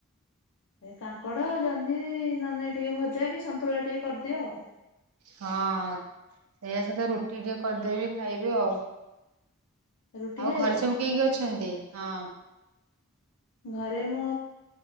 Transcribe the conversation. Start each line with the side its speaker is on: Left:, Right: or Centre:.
Left: ଏ କାଙ୍କଡ଼ ଜହ୍ନି ନହେଲେ ଟିକେ ଭଜା କି ସନ୍ତୁଳା ଟିକେ କରିଦିଅ ଆଉ
Right: ହଁ ସେଇଆା ସହିତ ରୁଟି ଟିକେ କରିଦେଇବି ଖାଇବି ଆଉ
Left: ରୁଟି
Right: ଆଉ
Left: ଖାଇବ?
Right: ଘରେ ସବୁ କେକ ଅଛନ୍ତି ହଁ
Left: ଘରେ ମୋ